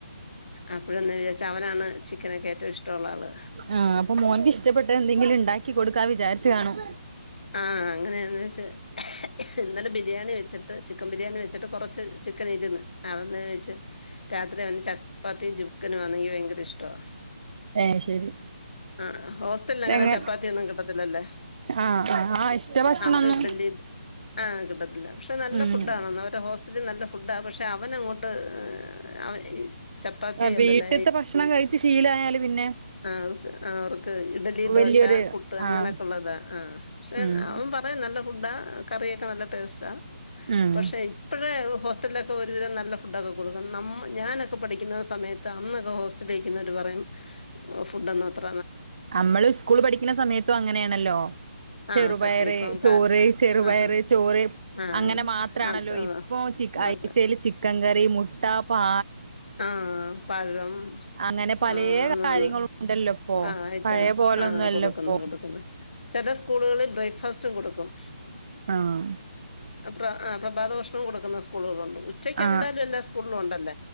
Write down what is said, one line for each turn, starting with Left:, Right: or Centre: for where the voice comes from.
Left: അപ്പോഴന്ന് വിചാച്ച അവനാണ് ചിക്കനൊക്കെ ഏറ്റവും ഇഷ്ടുള്ളാള്
Right: ആഹ് അപ്പൊ മോൻക്ക് ഇഷ്ടപ്പെട്ട എന്തെങ്കിലും ഇണ്ടാക്കി കൊടുക്കാ വിചാരിച്ചു കാണും
Left: ആഹ അങ്ങനെയന്ന് വെച്ച ഇന്നലെ ബിരിയാണി വെച്ചിട്ട ചിക്കൻ ബിരിയാണി വെച്ചിട്ട് കുറച്ച് ചിക്കനിര്ന്ന് അതന്ന ഞ്ഞ വെച്ച് രാത്രി അവനെ ചപ്പാത്തീം ചിക്ക മുക്കന് വന്നെങ്കിൽ ഭയങ്കര ഇഷ്ടവാ
Right: ഏഹ് ശരി
Left: <unintelligible> ആ ഹോസ്റ്റലിൽ അങ്ങന
Right: എങ്ങ
Left: ചപ്പാത്തിയൊന്നും കിട്ടത്തില്ലല്ല
Right: ആഹ് ആഹ് ആഹ് ഇഷ്ട ഭക്ഷണൊന്നും
Left: അവിടെ ഇഡലി ആഹ കിട്ടത്തില്ല പക്ഷെ നല്ല
Right: ഉം
Left: ഫുഡ് ആണ് അവരെ ഹോസറ്റ ഒത്തിരി നല്ല ഫുഡാ പക്ഷെ അവനങ്ങോട്ട് അവ <unintelligible>
Right: ആ വീട്ടിത്തെ
Left: അല്ലല്ല
Right: ഭക്ഷണം കഴിച്ച് ശീലായല് പിന്നെ
Left: ആ ആ അവർക്ക് ഇഡലി ദോശ
Right: വല്യൊരു
Left: പുട്ട് അങ്ങനെയൊക്കെ
Right: ആഹ്
Left: ഉള്ളതാ ആഹ പക്ഷെ
Right: ഉം
Left: അവൻ പറയും നല്ല ഫുഡാ കറിയൊക്കെ നല്ല ടേസ്റ്റാ
Right: ഉം
Left: പക്ഷെ ഇപ്പഴേ പ്പോ ഹോസ്റ്റലൊക്കെ ഒരുവിധം നല്ല ഫുഡൊക്കെ കൊടുക്കും നമ്മ ഞാനൊക്കെ പഠിക്കുന്ന സമയത്ത് അന്നൊക്കെ ഹോസ്റ്റലിലേക്കുന്ന ഒരുപാ <unintelligible> <inaudible> ഫുഡൊന്നത്ര <unintelligible>
Right: അമ്മള് ഉസ്കൂൾ പഠിക്കണ സമയത്തും അങ്ങനെയാണല്ലോ
Left: ആഹ്
Right: ചെറുപയറ്
Left: സത്യം ഇപ്പം
Right: ചോറ്
Left: കാ
Right: ചെറുപയറ്
Left: ആഹാ
Right: ചോറ്
Left: ആഹ്
Right: അങ്ങനെ മാത്രാണല്ലോ
Left: അത്
Right: ഇപ്പോ ചിക
Left: അത്
Right: ഇച്ചയലി ചിക്കൻക്കറി മുട്ട പാ
Left: ആഹ പഴം
Right: അങ്ങനെ പലേ
Left: ആഹ ആണാണ്
Right: കാര്യങ്ങളും ഉണ്ടല്ലോ ഇപ്പോ
Left: ആയിട്ടാ
Right: പഴയ പോലൊന്നും
Left: ആഹ
Right: അല്ല
Left: കൊടുക്കുന്നു
Right: ഇപ്പൊ
Left: കൊടുക്കുന്നു ചെല സ്കൂളുകളിൽ ബ്രേക്ക്ഫാസ്റ്റും കൊടുക്കും
Right: ആഹ
Left: പ്രഭാത ഭകഷ്ണം കൊടുക്കുന്ന സ്കൂളുകളുണ്ട് ഉച്ചയ്ക്ക്
Right: ആഹ്
Left: എന്തായാലും എല്ലാ സ്കൂള്ളും ഉണ്ടല്ല